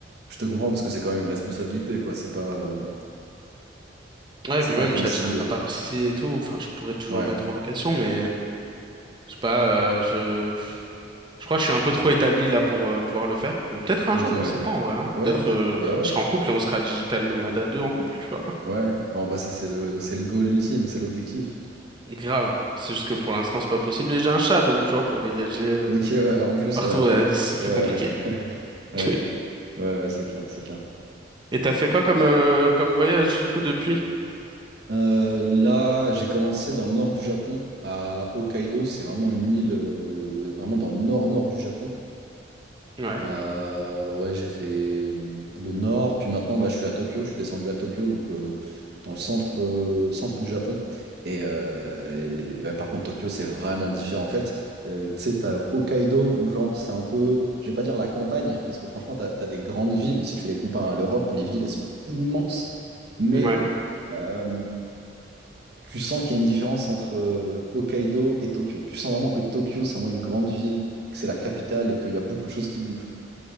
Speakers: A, on the right (about 55°); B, on the right (about 25°).
A: je te comprends parce que c'est quand même une responsabilité, quoi. C'est pas, euh,
B: Ouais,
A: c'est
B: puis
A: pas
B: même,
A: comme
B: j'ai
A: si.
B: acheté un
A: euh,
B: appart ici et tout. Enfin, je pourrais toujours
A: Ouais,
B: le mettre en location, mais je sais pas. euh, je Je crois que je suis un peu trop établi là pour euh, pouvoir le faire. Mais peut-être un
A: ok,
B: jour,
A: ouais.
B: on sait pas en vrai. hein.
A: Ouais,
B: Peut-être euh,
A: bah
B: je serai
A: ouais.
B: en couple et on sera Digital Nomade à deux en couple, tu vois.
A: Ouais, en vrai, ça, c'est le, c'est le goal ultime, c'est l'objectif.
B: Grave. C'est juste que pour l'instant, c'est pas possible. Et j'ai un chat, donc tu vois, pour voyager euh,
A: Ok, ouais, en plus,
B: partout,
A: ouais.
B: ouais, c'est
A: Ouais,
B: plus compliqué.
A: ouais. <laughs> Ouais,
B: <laughs>
A: ouais, ouais, c'est clair, c'est clair.
B: Et t'as fait quoi comme, euh, comme voyage du coup depuis?
A: Euh, là, j'ai commencé dans le nord du Japon, à Hokkaido. C'est vraiment une île, euh, vraiment dans le nord-nord du Japon.
B: Ouais.
A: Euh, ouais, j'ai fait le nord, puis maintenant bah, je suis à Tokyo, je suis descendu à Tokyo, donc euh, dans le centre, euh, centre du Japon. Et, euh, et, ouais, par contre, Tokyo, c'est vraiment différent. En fait, euh, tu sais, t'as Hokkaido, où genre, c'est un peu, je vais pas dire la campagne, parce que franchement, t'as, t'as des grandes villes, si tu les compares à l'Europe, les villes, elles sont immenses, mais
B: Ouais.
A: euh, tu sens qu'il y a une différence entre euh, Hokkaido et Tokyo. Tu sens vraiment que Tokyo, c'est vraiment une grande ville, que c'est la capitale et qu'il y a beaucoup de choses qui bougent.